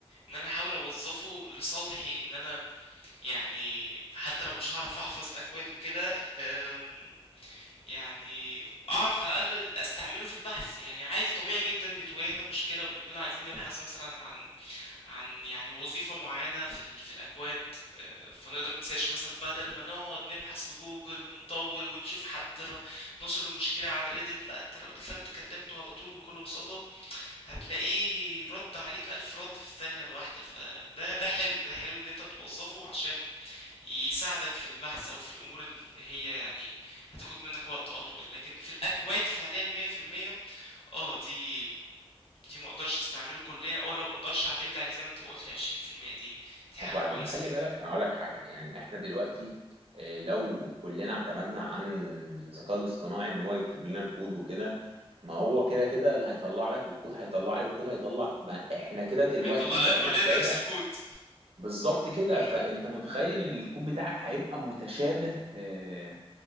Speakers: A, on the left; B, on the right.
A: ان انا احاول اوظفه لصالحي ان انا يعني حتى لو مش هعرف احفظ الاكواد وكده أم، يعني اعرف على الاقل استعمله في البحث يعني عادي طبيعي جدا بتواجهنا مشكله بنكون عايزين نبحث مثلا عن عن يعني وظيفه معينه في ال... في الاكواد آه، فنقدر نسيرش مثلا بدل ما نقعد نبحث بجوجل ونطول ونشوف حد ر- نشر المشكله على ريدت لا انت لو دخلت كلمته على طول بكل بساطه هتلاقيه رد عليك الف رد في الثانيه الواحده فده ده حلو ده حلو ان انت توظفه عشان يساعدك في البحث او في الامور اللي هي يعني هتاخد منك وقت اطول لكن في الاكواد فعليا 100% اه دي دي ما اقدرش استعمله كليا ولا ما اقدرش اعتمد عليه زي ما انت ما قلت 20% دي دي حاجة
B: وبعدين
A: كويسة
B: خلي
A: جدا
B: بالك انا اقول لك حاجه يعني احنا دلوقتي آه، لو كلنا اعتمدنا عن الذكاء الاصطناعي ان هو يكتب لنا الكود وكده ما هو كده كده اللي هيطلع لك الكود هيطلع لي الكود هيطلع ما احنا كده دلوقتي
A: هيطلع لنا
B: بقينا
A: كلنا
B: في دايره
A: نفس الكود
B: بالظبط كده
A: امم
B: فانت متخيل ان الكود بتاعك هيبقى متشابه آه،